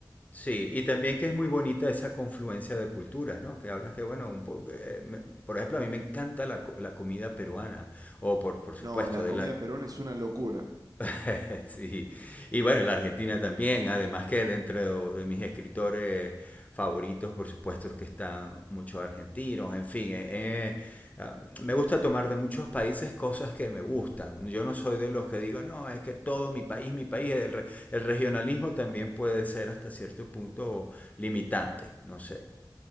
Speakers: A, on the left; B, on the right.
A: Sí, y también que es muy bonita esa confluencia de culturas, ¿no? Que hablas que, bueno, un po- eh, me- por ejemplo, a mí me encanta la, co- la comida peruana, o por, por supuesto,
B: No, la comida
A: de la,
B: peruana es una locura.
A: <laughs> Sí, y bueno, y la Argentina también, además que dentro de mis escritores favoritos, por supuesto, es que están muchos argentinos, en fin, eh, eh, ah, me gusta tomar de muchos países cosas que me gustan. Yo no soy de los que digo, no, es que todo mi país, mi país, el, re- el regionalismo también puede ser hasta cierto punto limitante, no sé.